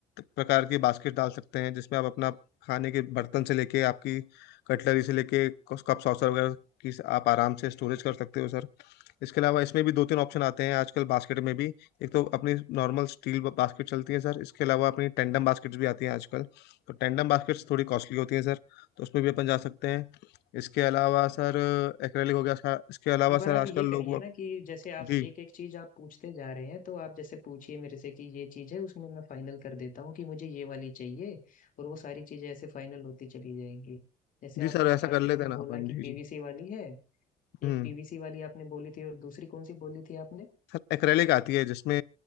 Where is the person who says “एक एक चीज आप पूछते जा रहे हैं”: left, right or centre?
Left